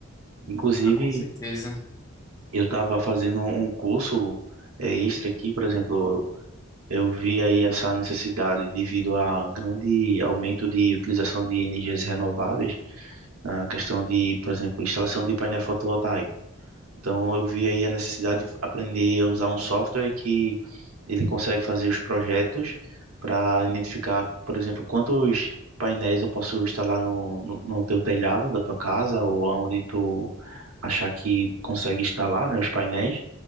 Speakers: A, on the right; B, on the left.
A: Inclusive,
B: Ah, com certeza.
A: eu estava fazendo um curso eh, extra aqui, por exemplo, eu, eu vi aí essa necessidade devido a grande aumento de utilização de energias renováveis na questão de, por exemplo, instalação de painel fotovoltaico. Então eu vi aí a necessidade de aprender a usar um software que ele consegue fazer os projetos para identificar, por exemplo, quantos painéis eu posso instalar no, no, no teu telhado da tua casa ou aonde tu achar que consegue instalar, né, os painéis